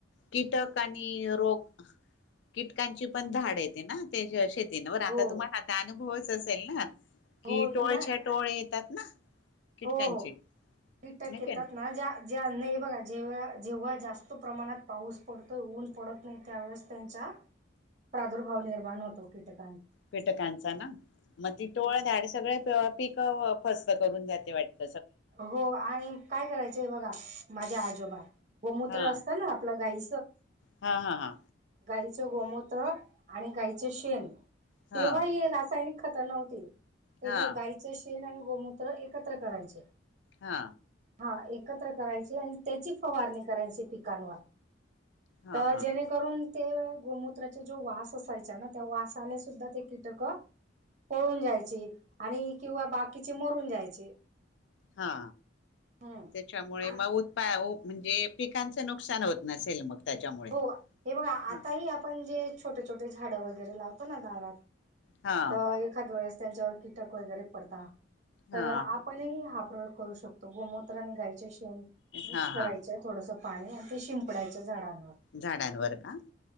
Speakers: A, on the left; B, on the right.
A: कीटक आणि रोग कीटकांची पण धाड येते ना त्या श वर आता
B: हो
A: तुम्हाला आता अनुभवच असेल ना कि
B: हो
A: टोळच्या
B: ना
A: टोळ येतात ना, कीटकांची
B: हो हो कीटक
A: नाही
B: येतात
A: का
B: ना, ज्या नाही बघा जेव जेव्हा जास्त प्रमाणात पाऊस पडतोय ऊन पडत नाही त्यावेळेस त्यांच्या प्रादुर्भाव निर्माण होतो कीटक
A: पिटकांचा ना मग ती टोळ झाधाड सगळे पीक फस्त करून जाते वाटते.
B: हो आणि काय करायचंय बघा माझ्या आजोबा गोमूत्र
A: हा
B: असतं ना आपल्या गाई
A: हा हा हा
B: गाईचं गोमूत्र आणि गाईचं शेण.
A: हा
B: तेव्हा हे रासायनिक खतरना होते
A: हा
B: हे गायचे शेन आणि गोमूत्र एकत्र करायचे.
A: हा
B: हा एकत्र करायचे, आणि त्याची फवारणी करायची पिकांवर
A: हा
B: तर
A: हा
B: जेणेकरून ते गोमूत्राचा जो वास असायचा ना त्या वासाने सुद्धा ते कीटक पळून जायचे आणि किंवा बाकीचे मरून जायचे.
A: हा
B: हम्म.
A: त्याच्यामुळे
B: आ
A: मग उत्पा म्हणजे पिकांचं नुकसान होत नसेल मग. त्याच्यामुळे
B: हो हे बघा
A: हा
B: आताही आपण जे छोटे छोटे झाडं वगैरे लावतो ना दारात
A: हा
B: तर एखाद वेळेस त्यांच्यावर कीटक वगैरे पडता तर
A: हा
B: आपणही प्रयोग करू शकतो गोमत्र आणि गायचे शेण मिक्स
A: हा
B: करायच
A: हा
B: थोडस पाणी आणि ते शिंपडाच्या झाडांने
A: झाडांवर का